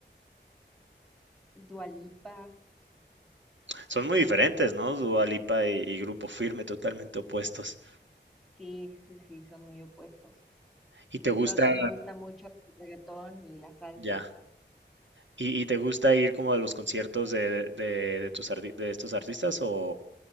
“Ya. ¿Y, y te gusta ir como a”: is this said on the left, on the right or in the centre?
Right